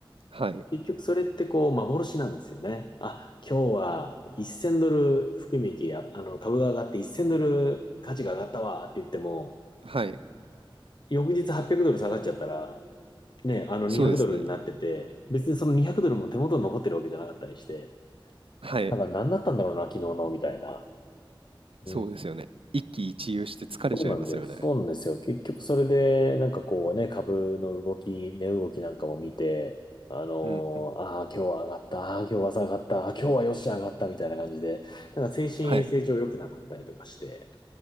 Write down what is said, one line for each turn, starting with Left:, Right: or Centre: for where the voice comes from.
Right: はい。
Left: 結局それってこう、幻なんですよね。あ、今日は1000ドル含み益や、あの、株が上がって1000ドル価値が上がったわって言っても、
Right: はい。
Left: 翌日800ドル下がっちゃったら、ね、あの200ドルになってて、
Right: そうですね。
Left: 別にその200ドルも手元に残ってるわけじゃなかったりして、
Right: はい。
Left: なんか何だったんだろうな、昨日の、みたいな。うん。
Right: そうですよね。一喜一憂して疲れちゃいますよね。
Left: そうなんで、そうなんですよ。結局それで、なんかこうね、株の動き、値動きなんかも見て、あの
Right: うんうん。
Left: ー、ああ、今日は上がった、ああ、今日は下がった、ああ、今日はよし上がった、みたいな感じで、なんか精神衛生上良くなかったりとかして、
Right: はい。